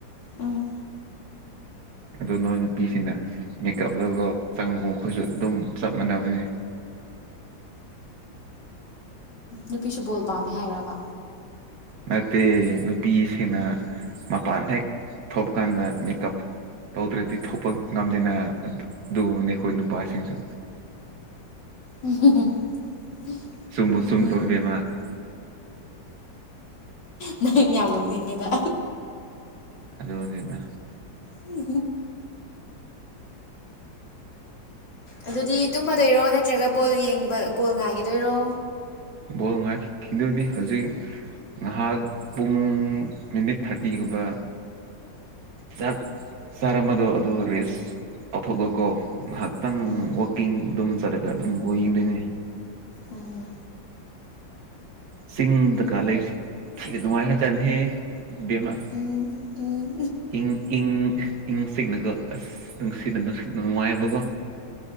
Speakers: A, on the left; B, on the right.
A: ꯎꯝ
B: ꯑꯗ‌ꯣ ꯅꯣꯏ ꯅꯨꯄꯤꯁꯤꯡꯅ ꯃꯦꯀꯞꯇꯀ‌ꯣ ꯆꯪꯕꯒꯨꯝ ꯈꯣꯏꯁꯨ ꯑꯗꯨꯝ ꯆꯞ ꯃꯥꯟꯅꯕꯅꯤ
A: ꯅꯨꯄꯤꯁꯨ ꯕꯣꯜ ꯄꯥꯝꯃꯦ ꯍꯥꯏꯔꯕ
B: ꯅꯠꯇꯦ ꯅꯨꯄꯤꯁꯤꯡꯅ ꯃꯄꯥꯟ ꯍꯦꯛ ꯊꯣꯄꯀꯥꯟꯗ ꯃꯦꯀꯞ ꯇꯧꯗ꯭ꯔꯗꯤ ꯊꯣꯛꯄ ꯉꯝꯗꯦꯅ ꯑꯗꯨ ꯑꯗꯨꯒꯨꯝꯕꯅꯤ ꯑꯩꯈꯣꯏ ꯅꯨꯄꯥꯁꯤꯡꯁꯨ
A: ꯎꯝ <unintelligible>
B: ꯆꯨꯝꯕꯨ ꯆꯨꯝꯗ꯭ꯔꯣ ꯏꯕꯦꯝꯃ
A: ꯅꯪ ꯌꯥꯝ ꯅꯣꯛꯅꯤꯡꯉ‌ꯦꯗ
B: ꯑꯗꯨꯅꯤꯗ
A: <unintelligible> ꯑꯗꯨꯗꯤ ꯇꯨꯝꯃꯗꯣꯏꯔꯣ ꯅꯠꯇ꯭ꯔꯒ ꯕꯣꯜ ꯌꯦꯡꯕ ꯕꯣꯜ ꯉꯥꯏꯈꯤꯗꯣꯏꯔꯣ
B: ꯕꯣꯜ ꯉꯥꯏꯈꯤꯗꯣꯏꯅꯤ ꯍꯧꯖꯤꯛ ꯉꯥꯏꯍꯥꯛ ꯄꯨꯡ ꯃꯤꯅꯤꯠ ꯊꯥꯔꯇꯤꯒꯨꯝꯕ ꯆꯥꯛ ꯆꯥꯔꯝꯕꯗꯣ ꯑꯗꯨ ꯔꯦꯁ ꯀꯥꯎꯊꯣꯛꯂꯨꯀꯣ ꯉꯍꯥꯛ ꯇꯪ
A: ꯎꯝ
B: ꯋꯥꯛꯀꯤꯡ ꯑꯗꯨꯝ ꯆꯠꯂꯒ ꯑꯗꯨꯝ ꯕꯣꯜ ꯌꯦꯡꯗꯣꯏꯅꯦ
A: ꯑꯣ
B: ꯆꯤꯡꯗꯀꯥ ꯂꯩꯕꯁꯤ ꯊꯤꯅ ꯅꯨꯡꯉꯥꯏꯈ꯭ꯔꯖꯥꯠꯅꯤꯍꯦ ꯏꯕꯦꯃꯃꯥ
A: ꯎꯝ ꯎꯝ
B: ꯏꯪ ꯏꯪ ꯏꯪ ꯆꯤꯛꯅꯀꯣ ꯑꯁ ꯅꯨꯡꯁꯤꯠꯅ ꯅꯨꯡꯁꯤꯠ ꯅꯨꯡꯉꯥꯏꯑꯕꯀꯣ